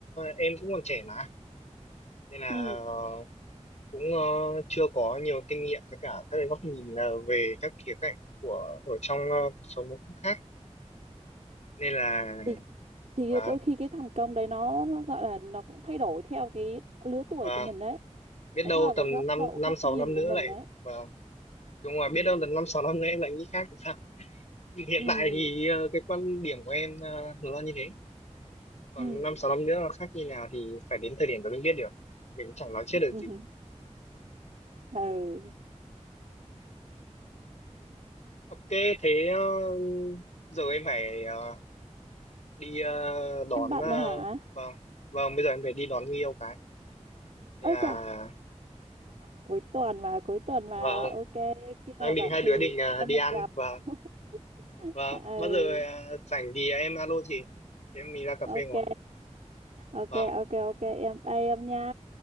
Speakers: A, on the left (about 70°); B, on the right (about 75°).
A: em cũng còn trẻ mà nên là
B: ừ
A: ờ, cũng ờ, chưa có nhiều kinh nghiệm với cả các cái góc nhìn ờ, về các khía cạnh của ở trong ờ, cuộc sống nó cũng khác nên là
B: thì thì
A: và
B: đôi khi cái thành công đấy nó nó gọi là nó cũng thay đổi theo cái lứa tuổi
A: và
B: của mình đấy
A: biết
B: đúng
A: đâu
B: rồi và
A: tầm
B: góc
A: năm
B: độ
A: năm
B: góc
A: sáu
B: nhìn
A: năm
B: của
A: nữa
B: mình
A: lại
B: đấy
A: và đúng rồi
B: ừ
A: biết đâu tầm năm sáu năm nữa em lại nghĩ khác Thì hiện
B: ừ
A: tại thì ờ, cái quan điểm của em ờ, nó là như thế còn
B: ừ
A: năm sáu năm nữa nó khác như nào thì phải đến thời điểm đó mới biết được mình cũng chẳng nói trước được
B: <laughs>
A: gì
B: ừ
A: ok thế ờ, giờ em phải ờ, đi ờ,
B: Em
A: đón
B: bận
A: ờ,
B: rồi hả?
A: vâng vâng bây giờ em phải đi đón người yêu cái
B: Ơ
A: Thế là
B: chà, cuối tuần mà, cuối tuần mà,
A: vâng
B: ok, khi
A: đang
B: nào
A: định
B: rảnh
A: hai
B: thì
A: đứa định ờ,
B: chị em
A: đi
B: mình
A: ăn
B: gặp.
A: vâng
B: <laughs>
A: vâng
B: ừ.
A: bao giờ ờ, rảnh thì em alo chị chị em mình ra cà
B: Ok,
A: phê ngồi
B: ok,
A: vâng
B: ok, ok, em bye em nha.